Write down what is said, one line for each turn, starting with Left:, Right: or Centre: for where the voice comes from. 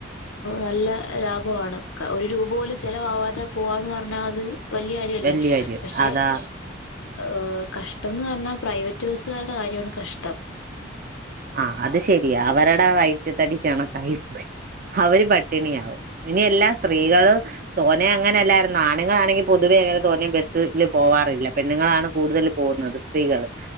Left: നല്ല ലാഭമാണ് ഒരു രൂപ പോലും ചിലവാവാതെ പോവാന്ന് പറഞ്ഞാ അത് വലിയ കാര്യല്ലേ
Right: വല്യ കാര്യം
Left: പക്ഷെ
Right: അതാ
Left: ഏ കഷ്ടംന്ന് പറഞ്ഞാ പ്രൈവറ്റ് ബസ്സുകളുടെ കാര്യമാണ് കഷ്ടം
Right: ആഹ് അത് ശരിയാ അവരുടെ വയറ്റത്തടിച്ചണകണക്കായി പോയി അവര് പട്ടിണിയാവും ഇനി എല്ലാം സ്ത്രീകള് തോനെ അങ്ങനെല്ലരുന്നു ആണുങ്ങാണെങ്കിൽ പൊതുവെ തോന്നിയ ബസ്ൽ പോവാറില്ല പെണ്ണുങ്ങളാണ് കൂടുതൽ പോകുന്നത് സ്ത്രീകള്